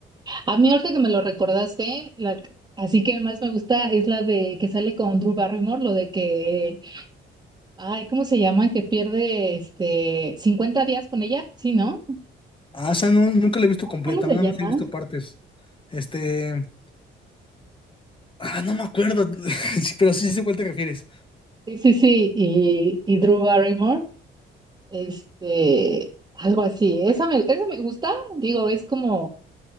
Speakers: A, on the right; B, on the left.
A: A mí ahorita que me lo recordaste, la, así que más me gusta es la de que sale con Drew Barrymore, lo de que, ay, ¿cómo se llama? Que pierde este 50 días con ella, ¿sí, no?
B: Ah, esa no, nunca la he visto completa,
A: ¿Cómo se
B: nada
A: llama?
B: más he visto partes. Este... Ah, no me acuerdo, <laughs> Sí, pero sí sé cuál te refieres.
A: Sí, sí, sí, y, y Drew Barrymore. Este, algo así. Esa me, esa me gusta, digo, es como